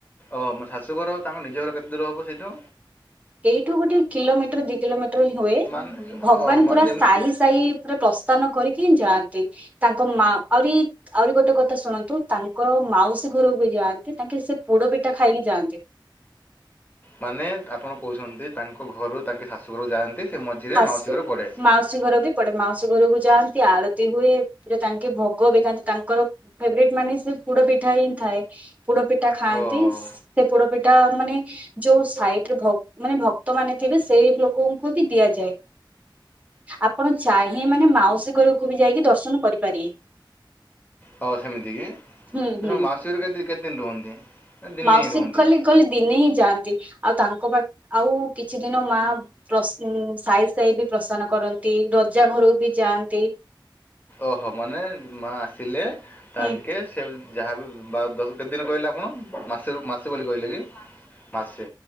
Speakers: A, on the left; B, on the right.
A: ଓ ମୋ ଶାଶୁଘର ଆଉ ତାଙ୍କ ନିଜ ଘର କେତେ ଦୂର ହବ ସେଇଠୁ?
B: ଏଇଠୁ ଗୋଟେ କିଲୋମିଟର ଦି କିଲୋମିଟ ହୁଏ
A: ମାନେ
B: ଭଗବାନ
A: ହଁ ମାନେ
B: ପୁରା
A: ଯେମିତି
B: ସାହି ସାହି ପୁରା ପ୍ର ଥାନ କରିକି ଯାଆନ୍ତି ତାଙ୍କ ମାଁ ଆହୁରି ଆହୁରି ଗୋଟେ କଥା ଶୁଣନ୍ତୁ ତାଙ୍କ ମାଉସୀ ଘରକୁ ବି ଯାଆନ୍ତି ତାଙ୍କେ ସେ ପୋଡ଼ ପିଠା ଖାଇକି ଯାଆନ୍ତି।
A: ମାନେ ଆପଣ କହୁଛନ୍ତି ତାଙ୍କ ଘରୁ ତାଙ୍କ ଶାଶୁ ଘରକୁ ଯାଆନ୍ତି ସେ ମଝିରେ
B: ଫାଷ୍ଟ
A: ମାଉସୀ ଘର ପଡ଼େ
B: ମାଉସୀ ଘର ବି ପଡେ ମାଉସୀ ଘରକୁ ଯାଆନ୍ତି ଆଳତି ହୁଏ ପୁରା ତାଙ୍କେ ଭୋଗ ବିଥାନ୍ତି ତାଙ୍କର ଫେଭରାଏଟ୍ ମାନେ ସେ ପୋଡ ପିଠା ହେଇ ଥାଏ। ପୋଡ଼ପିଠା ଖାଆନ୍ତି
A: ଓହୋ
B: ସେ ପୋଡ଼ପିଠା ମାନେ ଯୋଉ ସାଇଡ଼ରେ ଭକ୍ -ମାନେ ଭକ୍ତ ମାନେ ସେଇ ଲୋକଙ୍କୁ ବି ଦିଆଯାଏ ଆପଣ ଚାହିଁବେ, ମାନେ ମାଉସୀ ଘରକୁ କୁ ବି ଯାଇକି ଦର୍ଶନ କରିପାରିବେ।
A: ହଉ ସେମିତି କି
B: ହୁଁ ହୁଁ
A: ତ ମାଉସୀ ଘରେ କେତେ -କେତେଦିନ ରୁହନ୍ତି? ନା ଦିନେ
B: ମାଉସୀ
A: ହିଁ ରୁହନ୍ତି
B: କଲି-କଲି ଦିନେ ହିଁ ଯାଆନ୍ତି। ଆଉ ତାଙ୍କ ପାଖ ଆଉ କିଛି ଦିନ ମାଁ ପ୍ର ସାଇ ସାଇ ବି ପ୍ରସ୍ଥାନ କରନ୍ତି। ରଜା ଘର ବି ଯାଆନ୍ତି।
A: ଓହୋ ମାନେ ମାଁ ଆସିଲେ ତାଙ୍କେ
B: ହୁଁ
A: ସେ ଯାହାବି ବା କେତେଦିନ କହିଲେ ଆପଣ ମାସେ ମାସେ ବୋଲି କହିଲେ କି? ମାସେ